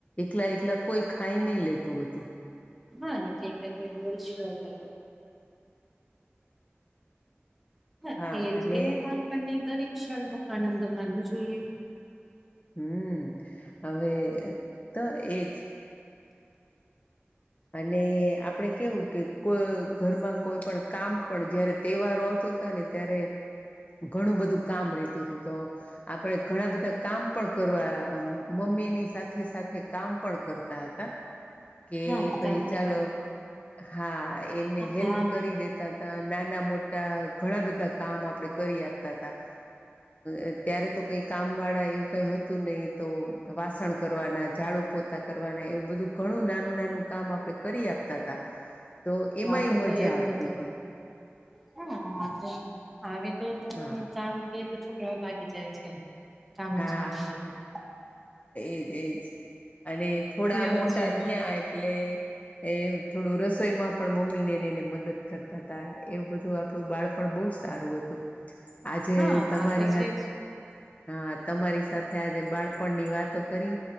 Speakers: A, on the left (about 35°); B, in the centre.
A: એકલા એકલા કોઈ ખાઈ નહી લેતું હતું.
B: હા એટલે એલે કોઈ બોડર ના
A: હા
B: એટલે
A: અને
B: બાળપણની દરેક ક્ષણ ન આનંદ માનવો જોઈએ.
A: હમ હવે તો એજ અને આપણે કેવું કે કોઈ ઘરમાં કોઈ પણ કામ પણ જયારે તહેવારો આવતો હતા ને ત્યારે ઘણું બધું કામ રેતું હતું તો આપડે ઘણા બધા કામ પણ કરવા મમ્મી ની સાથે સાથે કામ પણ કરતા હતા કે
B: હા
A: ભાઈ
B: કામ
A: ચાલો હા એમને હેલ્પ
B: હા
A: કરી દેતા નાના મોટા ઘણા બધા કામ આપડણે કરી આપતા હતા. અ ત્યારે તો કઈ કામ વાળા એવું કઈ હતું નહીિ તો વાસણ કરવાના ઝાડુ પોતા કરવાના એવું બધું ઘણું નાનું નાનું કામ આપડણે કરી આપતા હતા. તો એમાંય
B: તો
A: મજા
B: પર્યાપ્ત
A: આવતી
B: હતો
A: હતી.
B: હા હા તો હ તો હ
A: હા
B: કામ કે તો છોકરાઓ ભાગી જાય છે કામ
A: હા
B: જ નથી કરતા
A: એજ એજ.. અને થોડા
B: એવું
A: મોટા
B: છે
A: થયા એટલે. એ થોડું રસોઈમાં પણ મમ્મી નેને એને મદદ કરતા હતાા એવું બધું તો આપણું બાળપણ બહુ સારું હતું આજે
B: હા
A: તમારી
B: આ તો છે
A: હાથ
B: જ
A: હ તમારી સાથે આજે બાળપણની વાતો કરી